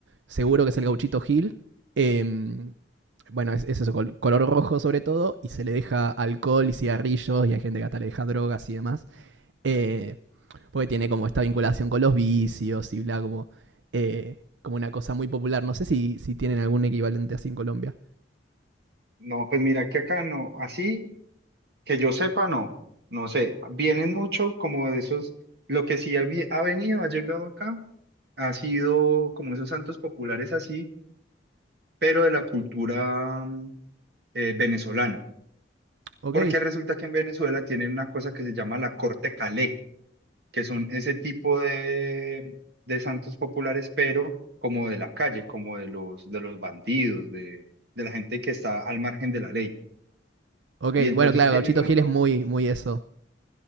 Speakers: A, on the right; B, on the right.
A: seguro que es el gauchito Gil, eh, bueno, es, es eso, col- color rojo sobre todo, y se le deja alcohol y cigarrillos, y hay gente que hasta le deja drogas y demás, eh, porque tiene como esta vinculación con los vicios y bla, como, eh, como una cosa muy popular, no sé si, si tienen algún equivalente así en Colombia.
B: No, pues mira que acá no, así que yo sepa no, no sé, vienen mucho como de esos, lo que sí ha, vi- ha venido, ha llegado acá, ha sido como esos santos populares así, pero de la cultura. eh, venezolana,
A: Ok,
B: porque resulta que en Venezuela tienen una cosa que se llama la corte Calé, que son ese tipo de, de santos populares, pero como de la calle, como de los, de los bandidos, de, de la gente que está al margen de la ley.
A: ok,
B: Y entonces
A: bueno, claro,
B: tienen
A: Gauchito
B: uno,
A: Gil es muy, muy eso,